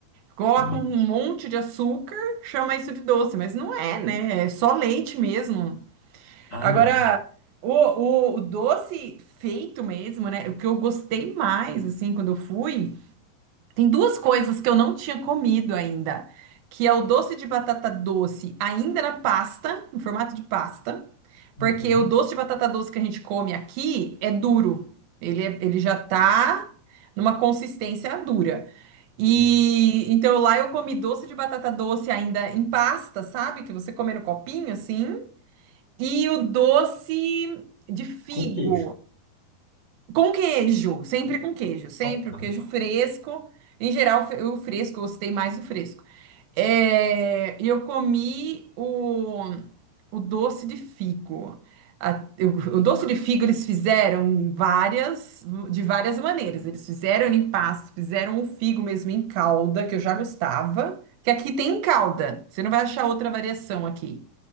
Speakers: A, on the right; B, on the left.
A: Coloca
B: Sim.
A: um monte de açúcar, chama isso de doce, mas não é, né? É só leite mesmo.
B: Ah,
A: Agora,
B: não.
A: o, o, o doce feito mesmo, né? O que eu gostei mais, assim, quando eu fui, tem duas coisas que eu não tinha comido ainda, que é o doce de batata doce, ainda na pasta, em formato de pasta, porque
B: Uhum.
A: o doce de batata doce que a gente come aqui é duro. Ele, é- ele já tá numa consistência dura. E
B: Sim.
A: então lá eu comi doce de batata doce ainda em pasta, sabe? Que você come no copinho assim. E o doce de figo.
B: Com queijo.
A: Com queijo, sempre com queijo, sempre
B: Faltar.
A: o queijo fresco. Em geral, fe- o fresco, eu gostei mais do fresco. É, e eu comi o, o doce de figo. A- o, o doce de figo eles fizeram várias, de várias maneiras. Eles fizeram em pastos, fizeram o figo mesmo em calda, que eu já gostava. Que aqui tem em calda. Você não vai achar outra variação aqui.